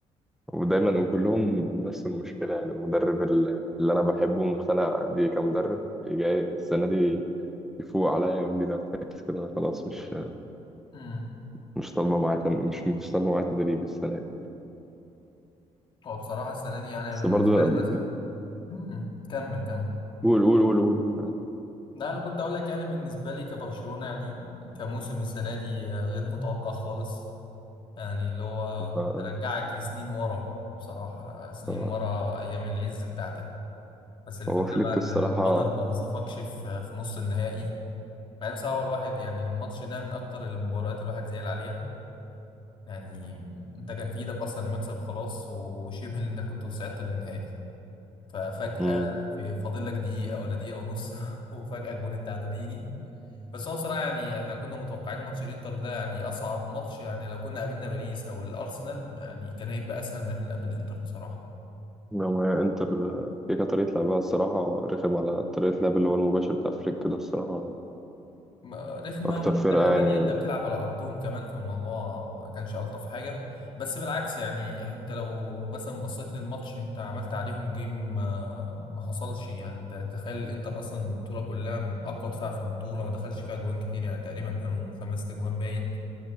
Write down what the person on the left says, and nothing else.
امم
هو بصراحة السنة دي يعني
بالنسبة
لي مثلا امم كمل كمل
لا انا كنت اقول لك يعني بالنسبة لي كبرشلونة يعني كموسم السنة دي آه، غير متوقع خالص يعني اللي هو
ترجعك لسنين ورا بصراحة سنين
ورا ايام العز بتاعتك بس الفكرة
بقى ان
القدر ما انصفكش في في نص النهائي مع ان بصراحة هو الواحد يعني الماتش ده من اكتر المباريات الواحد زعل عليها يعني انت كان في ايدك اصلا المكسب خلاص وشبه انك كنت وصعدت للنهائي ففجأة
في فاضل لك دقيقة ولا دقيقة ونص <laughs> وفجأة جون التعادل يجي بس هو بصراحة يعني احنا كنا متوقعين ماتش الانتر ده يعني أصعب ماتش يعني لو كنا قابلنا باريس أو الأرسنال يعني كان هيبقى أسهل من إن احنا نقابل الانتر بصراحة
ما- رخمة
ومن
ناحية تانية
انت بتلعب على ارضهم كمان في الموضوع ما كانش الطف حاجة بس بالعكس يعني إح- انت لو مثلا بصيت للماتش انت عملت عليهم جيم ما, ما حصلش يعني انت تخيل الانتر اصلا البطولة كلها اقوى دفاع في البطولة ما دخلش فيها جوان كتير يعني تقريبا كانوا خمس تجوان باين